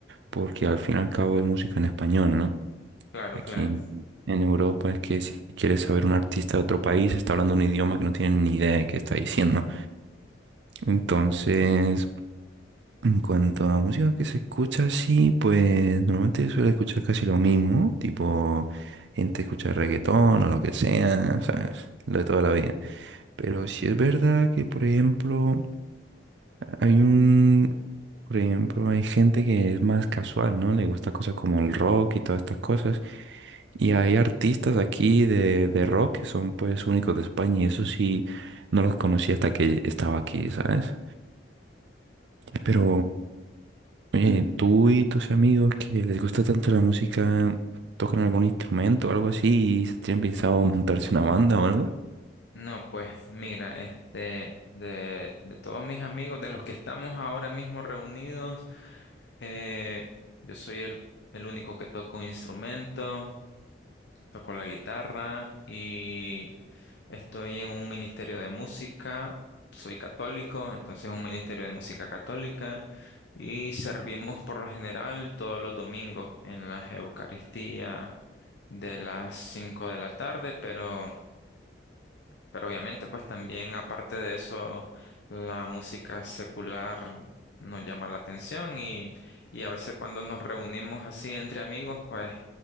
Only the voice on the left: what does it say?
Claro,
claro.
No, pues mira, este, de, de todos mis amigos, de los que estamos ahora mismo reunidos, eh, yo soy el, el único que toco un instrumento. toco la guitarra y estoy en un ministerio de música. Soy católico, entonces un ministerio de música católica y servimos por lo general todos los domingos en las Eucaristías de las 5 de la tarde, pero pero obviamente, pues también aparte de eso, la música secular nos llama la atención y, y a veces cuando nos reunimos así entre amigos, pues